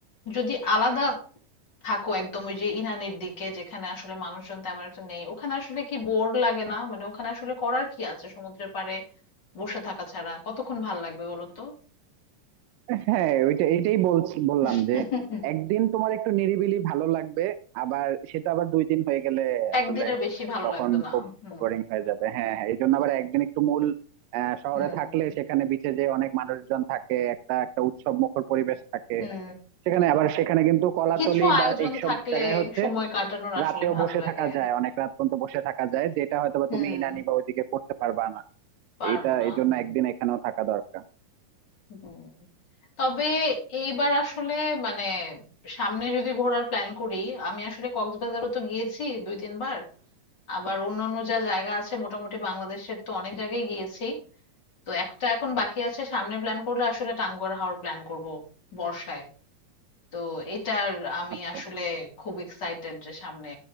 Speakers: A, on the left; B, on the right.
A: যদি আলাদা থাকো একদম ওই যে ইনানির দিকে যেখানে আসলে মানুষজন তেমন একটা নেই ওখানে আসলে কি বোর লাগে না মানে ওখানে আসলে করার কি আছে সমুদ্রের পাড়ে বসে থাকা ছাড়া কতক্ষণ ভাল লাগবে বলো তো
B: হ্যাঁ ওইটা এটাই বলছি বললাম
A: <laughs>
B: যে একদিন তোমার একটু নিরিবিলি ভালো লাগবে আবার সেটা আবার দুই দিন হয়ে গেলে আসলে
A: একদিনের বেশি ভালো
B: তখন
A: লাগবে না
B: খুব
A: হুম
B: বোরিং হয়ে যাবে হ্যাঁ হ্যাঁ এই জন্য আবার একদিন একটু মূল আহ, শহরে
A: হুম
B: থাকলে সেখানে বিচে যে অনেক মানুষজন থাকে একটা একটা উৎসব মুখর পরিবেশ থাকে
A: হুম
B: সেখানে আবার সেখানে কিন্তু কলাতলি
A: কিছু আয়োজন
B: বা এইসব
A: থাকলে
B: জায়গায় হচ্ছে
A: সময় কাটানোর আসলে
B: রাতেও
A: ভালো
B: বসে
A: লাগে
B: থাকা যায় অনেক রাত পর্যন্ত বসে থাকা যায় যেটা হয়তোবা
A: হুম
B: তুমি ইনানি বা ওইদিকে করতে পারবা না
A: পারবো
B: এইটা
A: না
B: এই জন্য
A: হুম
B: একদিন এখানেও থাকা দরকার
A: হুম তবে এইবার আসলে মানে সামনে যদি ঘোরার প্ল্যান করি আমি আসলে কক্সবাজারও তো গিয়েছি দুই তিনবার আবার অন্যান্য যা জায়গা আছে মোটামুটি বাংলাদেশের তো অনেক জায়গায় গিয়েছি তো একটা এখন বাকি আছে সামনে প্ল্যান করলে আসলে টাঙ্গুয়ার হাওর প্ল্যান করব বর্ষায় তো এটার আমি
B: আচ্ছা
A: আসলে খুব এক্সাইটেড যে সামনে